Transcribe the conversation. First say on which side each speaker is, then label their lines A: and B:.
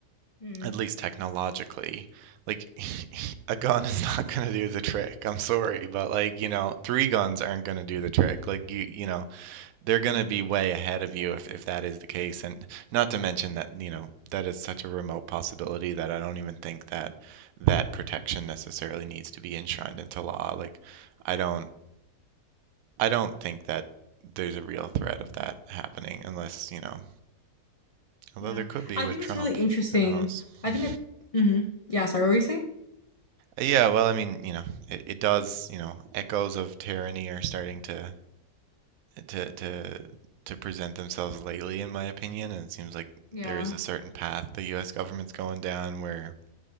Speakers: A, on the left; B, on the right.
A: Mm,
B: at least technologically, like <laughs> a gun is <laughs> not going to do the trick. I'm sorry, but like, you know, three guns aren't going to do the trick. Like you, you know, they're going to be way ahead of you if if that is the case. And not to mention that, you know, that is such a remote possibility that I don't even think that that protection necessarily needs to be enshrined into law. Like I don't I don't think that there's a real threat of that happening unless, you know, although
A: yeah.
B: there could be
A: I
B: with
A: think
B: Trump.
A: it's really interesting.
B: Who knows?
A: I
B: <laughs>
A: think it's mm-hmm. Yeah, sorry, what were you saying?
B: Yeah, well, I mean, you know, it, it does, you know, echoes of tyranny are starting to to to to present themselves lately, in my opinion, and it seems like
A: Yeah,
B: there is a certain path the U.S. government's going down where